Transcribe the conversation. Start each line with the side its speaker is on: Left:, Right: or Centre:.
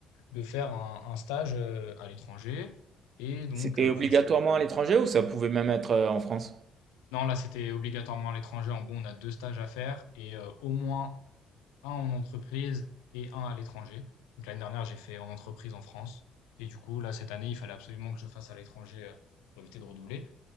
Left: de faire un, un stage euh, à l'étranger. Et donc,
Right: C'était
Left: euh,
Right: obligatoirement
Left: bah, j'ai...
Right: à l'étranger ou ça pouvait même être euh, en France?
Left: non, là, c'était obligatoirement à l'étranger. En gros, on a deux stages à faire et euh, au moins un en entreprise et un à l'étranger. Donc l'année dernière, j'ai fait en entreprise en France. Et du coup, là, cette année, il fallait absolument que je fasse à l'étranger euh, pour éviter de redoubler.